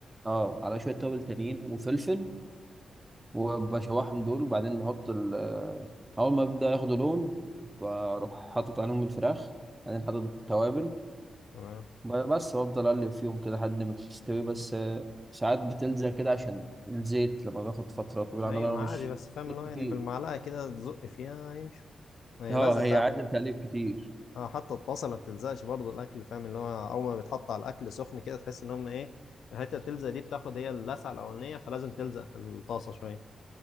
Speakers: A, on the right; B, on the left.
A: اه على شويه توابل تانيين وفلفل وبشوحهم دول وبعدين بحط ال اول ما ببدأ ياخدوا لون بروح حاطط عليهم الفراخ بعدين حاطط التوابل
B: تمام
A: ب- بس بفضل اقلب فيهم كده لحد ما تستوي بس آه، ساعات بتلزق كده عشان الزيت لما باخد فتره طويله
B: ايوه
A: عن انا
B: ما
A: مش
B: عادي بس فاهم
A: زيت
B: اللي هو
A: كتير
B: يعني بالمعلقه كده تزق فيها يمشي هي
A: اه
B: لازم
A: هي
B: بقى
A: عايزه تقليب كتير
B: اه حتى الطاسه ما بتلزقش برضو الاكل فاهم اللي هو اول ما بيتحط على الاكل سخن كده تحس ان هم ايه الحته بتلزق دي بتاخد هي اللسعه الاولانيه فلازم تلزق في الطاسه شويه